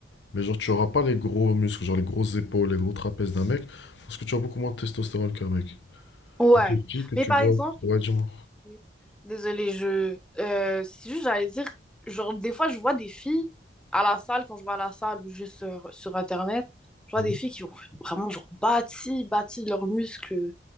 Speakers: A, on the left; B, in the centre.
A: mais genre tu n'auras pas les gros muscles, genre les grosses épaules, les gros trapèzes d'un mec, parce que tu as beaucoup moins de testostérone qu'un mec.
B: Ouais.
A: Donc les filles que
B: Mais
A: tu
B: par
A: vois,
B: exemple,
A: ouais, dis-moi,
B: Oui. Désolée, je. euh, c'est juste, j'allais dire, genre, des fois, je vois des filles à la salle, quand je vais à la salle ou juste sur, sur Internet, je
A: Mhm.
B: vois des filles qui ont vraiment, genre, bâti, bâti leurs muscles